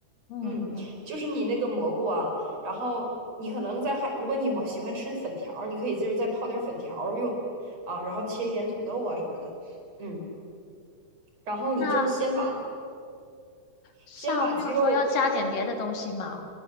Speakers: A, on the left; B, on the right.
A: 嗯嗯嗯。
B: 嗯，就是你那个蘑菇啊，然后你可能在还，如果你喜欢吃粉条儿，你可以就是再泡点儿粉条儿用啊，然后切一点土豆啊什么的，嗯，然后你就是先把
A: 那像譬如说要加点别的东西嘛？
B: 先把鸡肉焯水